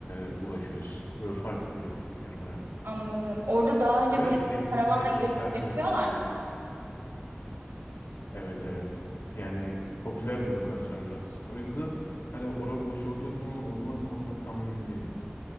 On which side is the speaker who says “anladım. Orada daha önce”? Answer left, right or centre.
Right